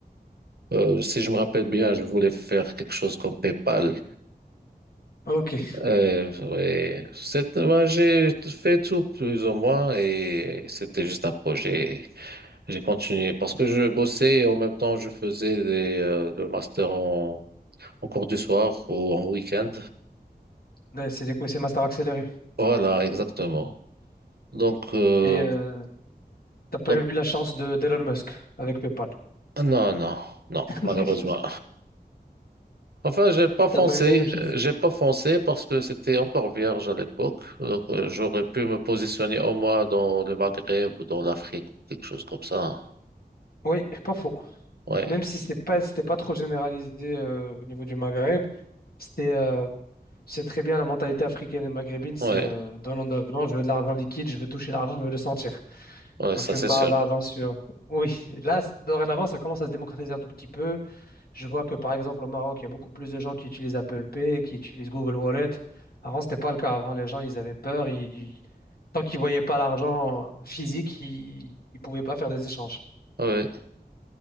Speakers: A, on the right (about 70°); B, on the left (about 65°).
A: Euh, si je me rappelle bien, je voulais faire quelque chose comme PayPal.
B: ok.
A: Euh, ouais, C'était- ouais, j'ai fait tout plus ou moins et c'était juste un projet. J'ai continué parce que je bossais et en même temps je faisais des, euh, le master en, en cours du soir ou en week-end.
B: Ouais, c'est du coup, c'est master accéléré.
A: Voilà, exactement. Donc, euh,
B: Et euh, t'as pas
A: donc
B: eu la chance de d'Elon Musk avec PayPal.
A: non, non, non,
B: <laughs>
A: malheureusement. Enfin, j'ai pas foncé,
B: T'as pas eu la même chose?
A: euh, j'ai pas foncé parce que c'était encore vierge à l'époque. Donc, euh, j'aurais pu me positionner au moins dans le Maghreb ou dans l'Afrique, quelque chose comme ça. hein.
B: Oui, pas faux.
A: Ouais,
B: Même si c'était pas, c'était pas trop généralisé euh, au niveau du Maghreb, c'était, euh, c'est très bien la mentalité africaine et maghrébine, c'est
A: ouais,
B: euh, donnant, donnant, je veux de l'argent liquide, je veux toucher l'argent, je veux le sentir.
A: ouais,
B: Quand
A: ça
B: tu
A: c'est
B: me parles
A: sûr.
B: d'avant sur oui, là, c- dorénavant, ça commence à se démocratiser un tout petit peu. Je vois que, par exemple, au Maroc, il y a beaucoup plus de gens qui utilisent Apple Pay, qui utilisent Google Wallet. Avant, c'était pas le cas. Avant, les gens, ils avaient peur. Ils... Tant qu'ils voyaient pas l'argent physique, ils... ils pouvaient pas faire des échanges.
A: Ouais,